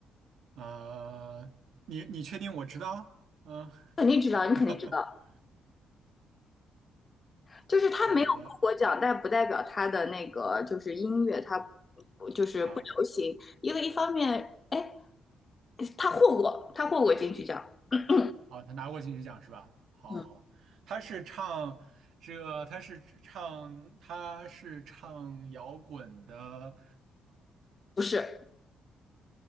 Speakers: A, on the right; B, on the left.
A: 呃，你你确定我知道？嗯、
B: 肯定知道，你肯定知道，
A: <laughs>
B: 就是他没有获过奖，
A: 呃
B: 但不代表他的那个就是音乐他不就是不流行，
A: 啊
B: 因为一方面，哎，他获过，他获过金曲奖，<clears throat>
A: 啊，他拿过金曲奖是吧？好，
B: 嗯，
A: 好，好，他是唱这个，他是唱他是唱摇滚的，
B: 不是，